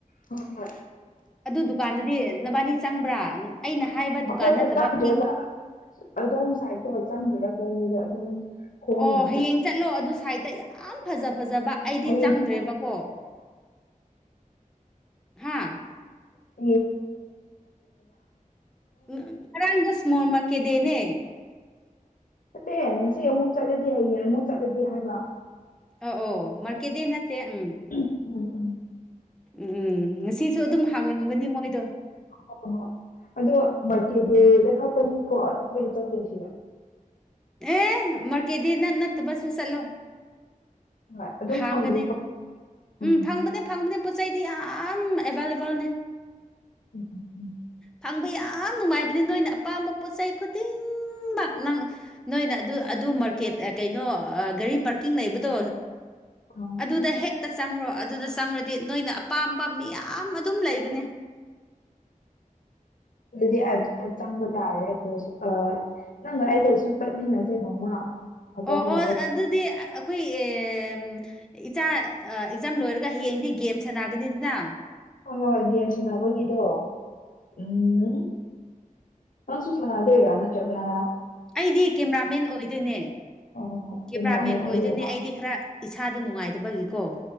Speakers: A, on the left; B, in the centre.
A: ꯍꯣꯏ ꯍꯣꯏ
B: ꯑꯗꯨ ꯗꯨꯀꯥꯟꯗꯨꯗꯤ ꯅꯕꯥꯅꯤ ꯆꯪꯕ꯭ꯔ ꯑꯩꯅ ꯍꯥꯏꯕ ꯗꯨꯀꯥꯟ
A: ꯑꯩꯈꯣꯏꯗꫭ
B: ꯅꯠꯇꯕ
A: ꯆꯪꯗ꯭ꯔꯦꯕ
B: ꯄꯤꯡ
A: ꯑꯗꯣꯝ ꯁꯥꯏꯗꯠꯇꯨ ꯆꯪꯗ꯭ꯔꯦ ꯑꯩꯈꯣꯏꯅꯤꯗꫭ ꯑꯗꯨꯝ ꯈꯣꯡꯅ
B: ꯑꯣ ꯍꯌꯦꯡ
A: ꯆꯠ
B: ꯆꯠꯂꯣ ꯑꯗꯨ ꯁꯥꯏꯠꯇ ꯌꯥꯝ ꯐꯖ ꯐꯖꯕ ꯑꯩꯗꯤ
A: ꯍꯌꯦꯡ
B: ꯆꯪꯗ꯭ꯔꯦꯕꯀꯣ ꯍꯥ
A: <unintelligible>
B: ꯎꯝ ꯉꯔꯥꯡꯗꯣ ꯏꯁꯃꯣꯜ ꯃꯥꯔꯀꯦꯠ ꯗꯦꯅꯦ
A: ꯅꯠꯇꯦ ꯉꯁꯤ ꯑꯃꯨꯛ ꯆꯠꯂꯗꯤ ꯍꯌꯦꯡ ꯑꯃꯨꯛ ꯆꯠꯂꯗꯤ ꯍꯥꯏꯕ
B: ꯑ ꯑꯣ ꯃꯥꯔꯀꯦꯠꯗꯤ ꯅꯠꯇꯦ ꯎꯝ
A: ꯎꯝ ꯎꯝ
B: ꯎꯝ ꯎꯝ ꯉꯁꯤꯁꯨ ꯑꯗꯨꯝ ꯍꯥꯡꯉꯝꯒꯅꯤ ꯃꯣꯏꯗꯣ
A: ꯍꯣꯏ ꯍꯣꯏ ꯑꯗꯣ ꯃꯥꯔꯀꯦꯗꯦꯗ ꯈꯔꯛꯇꯅꯤꯀꯣ ꯑꯩꯈꯣꯏꯅ ꯆꯠꯇꯣꯏꯁꯤ
B: ꯑꯦ ꯃꯥꯔꯀꯦꯗꯦ ꯅꯠ ꯅꯠꯇꯕꯁꯨ ꯆꯠꯂꯣ
A: ꯍꯣꯏ ꯑꯗꯨꯝ
B: ꯍꯥꯡꯒꯅꯤ
A: ꯐꯪꯅꯤꯀꯣ ꯑꯣ
B: ꯎꯝ ꯐꯪꯕꯅꯦ ꯐꯪꯕꯅꯦ ꯄꯣꯠ ꯆꯩꯗꯤ ꯌꯥꯝ ꯑꯦꯕꯥꯏꯂꯦꯕꯜꯅꯦ
A: <inaudible>
B: ꯐꯪꯕ ꯌꯥꯝ ꯅꯨꯡꯉꯥꯏꯕꯅꯤ ꯅꯣꯏꯅ ꯑꯄꯥꯝꯕ ꯄꯣꯠ ꯆꯩ ꯈꯨꯗꯤꯡꯃꯛ ꯅꯣꯏꯅ ꯑꯗꯨ ꯑꯗꯨ ꯃꯥꯔꯀꯦꯠ ꯀꯩꯅꯣ ꯒꯥꯔꯤ ꯄꯥꯔꯀꯤꯡ ꯂꯩꯕꯗꯣ
A: <inaudible>
B: ꯑꯗꯨꯗ ꯍꯦꯛꯇ ꯆꯪꯔꫭ ꯑꯗꯨꯗ ꯆꯪꯔꯗꯤ ꯅꯣꯏꯅ ꯑꯄꯥꯝꯕ ꯃꯌꯥꯝ ꯑꯗꯨꯝ ꯂꯩꯕꯅꯦ
A: ꯑꯗꯨꯗꯤ ꯑꯗꯨꯗ ꯆꯪꯕ ꯇꯥꯔꯦ ꯑꯩꯈꯣꯏꯁꯨ ꯅꯪꯒ ꯑꯩꯒꯁꯨ ꯆꯠꯃꯤꯟꯅꯁꯦ ꯅꯣꯡꯃ ꯐꯖ
B: ꯑꯣ
A: ꯐꯖꯕ
B: ꯑꯣ ꯑꯗꯨꯗꯤ ꯑꯩꯈꯣꯏ ꯑꯦꯝ ꯏꯆꯥ ꯑꯦꯛꯖꯥꯝ ꯂꯣꯏꯔꯒ ꯍꯌꯦꯡꯗꯤ ꯒꯦꯝ ꯁꯥꯟꯅꯒꯅꯤꯗꯅ
A: ꯍꫭꯏ ꯍꫭꯏ ꯒꯦꯝ ꯁꯥꯟꯅꯕꯒꯤꯗꫭ ꯎꯝ ꯃꯥꯁꯨ ꯁꯥꯟꯅꯗꫭꯏꯔ ꯅꯠꯇ‌ꯔꯒꯅ
B: ꯑꯩꯗꯤ ꯀꯦꯃꯦꯔꯥꯃꯦꯟ ꯑꯣꯏꯗꯣꯏꯅꯦ
A: ꯑꯣ ꯍꯣꯏ ꯍꯣꯏ
B: ꯀꯦꯃꯦꯔꯥꯃꯦꯟ
A: ꯑꯣꯏꯗꯣꯏꯕ
B: ꯑꯣꯏꯗꯣꯏꯅꯦ ꯑꯩꯗꯤ ꯈꯔ ꯏꯁꯥꯗꯨ ꯅꯨꯡꯉꯥꯏꯇꯕꯒꯤꯀꯣ